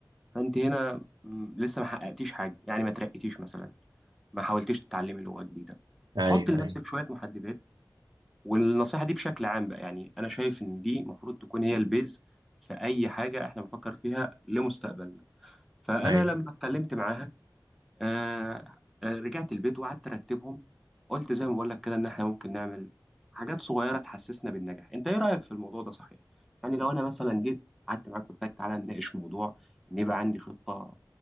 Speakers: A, in the centre; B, on the right.
A: فانت هنا مم، لسه ما حققتيش حاجه يعني ما ترقيتيش مثلا ما حاولتيش تتعلمي لغه جديده
B: ايوه
A: فحط لنفسك
B: ايوه
A: شويه محددات والنصيحة دي بشكل عام بقى يعني أنا شايف إن دي المفروض تكون هي البيز في أي حاجة إحنا بنفكر فيها لمستقبلنا فأنا
B: ايوه
A: لما اتكلمت معاها آه آه رجعت البيت وقعدت أرتبهم قلت زي ما بقول لك كده إن إحنا ممكن نعمل حاجات صغيرة تحسسنا بالنجاح أنت إيه رأيك في الموضوع ده صحيح؟ يعني لو أنا مثلا جيت قعدت معاك قلت لك تعالى نناقش موضوع إن يبقى عندي خطة